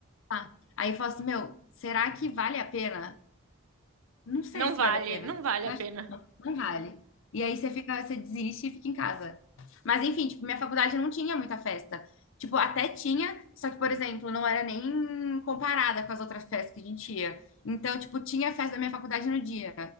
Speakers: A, on the left; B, on the right.
A: casa. Aí eu falo assim, meu, será que vale a pena? Não sei
B: Não
A: se
B: vale,
A: vale a pena.
B: não vale a pena.
A: Não vale. E aí você fica, você desiste e fica em casa. Mas enfim, tipo, minha faculdade não tinha muita festa. Tipo, até tinha, só que, por exemplo, não era nem comparada com as outras festas que a gente ia. Então, tipo, tinha festa da minha faculdade no dia.